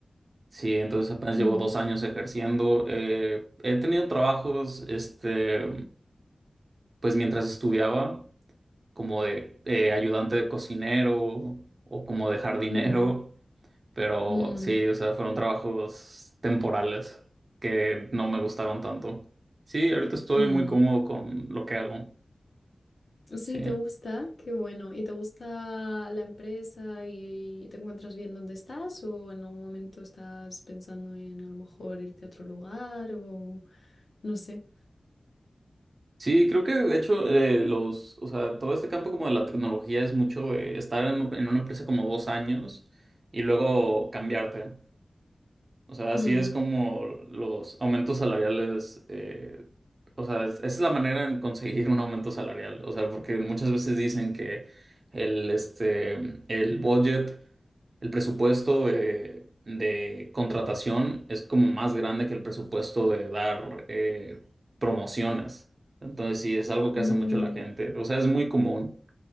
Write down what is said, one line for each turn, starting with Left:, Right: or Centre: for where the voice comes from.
Right: sí, entonces apenas
Left: Ujú.
Right: llevo dos años ejerciendo. Eh, he tenido trabajos, este, pues mientras estudiaba como de eh, ayudante de cocinero o como de jardinero,
Left: Mm,
Right: pero
Left: mm,
Right: sí, o sea, fueron trabajos temporales que no me gustaron tanto. Sí, ahorita estoy
Left: mm.
Right: muy cómodo con lo que hago.
Left: Sí,
Right: Sí.
Left: te gusta, qué bueno. ¿Y te gusta la empresa y te encuentras bien donde estás o en algún momento estás pensando en a lo mejor irte a otro lugar o no sé?
Right: Sí, creo que de hecho eh, los, o sea, todo este campo como de la tecnología es mucho eh, estar en, en una empresa como dos años y luego cambiarte. O sea, así
Left: Mm,
Right: es como los aumentos salariales, eh, o sea, es- esa es la manera en conseguir un aumento salarial. O sea, porque muchas veces dicen que el, este, el budget, el presupuesto de, de contratación es como más grande que el presupuesto de dar eh, promociones. Entonces, sí, es algo que
Left: mm,
Right: hace mucho la gente. O sea, es muy común.